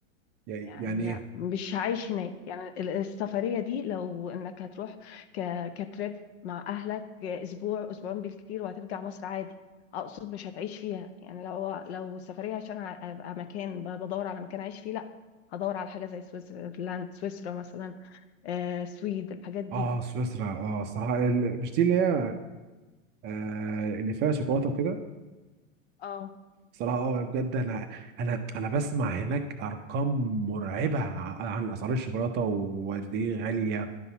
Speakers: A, on the right; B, on the left.
A: يعني
B: يعني
A: يعني ايه
B: مش عايش هناك يعني ال- السفرية دي لو انك هتروح ك... كتريب مع اهلك اسبوع اسبوعين بالكتير وهترجع مصر عادي اقصد مش هتعيش فيها يعني لو لو سفرية عشان ع- ابقى مكان ب- بدور على مكان اعيش فيه لا هدور على حاجة زي سويسرلاند سويسرا مثلا آه، سويد الحاجات دي
A: اه سويسرا اه الصراحه ال- مش دي اللي هي آه اللي فيها شوكولاته وكده
B: اه
A: صراحه اه بجد انا انا انا بسمع هناك ارقام مرعبه ع- عن اسعار الشوكولاته وقد ايه غاليه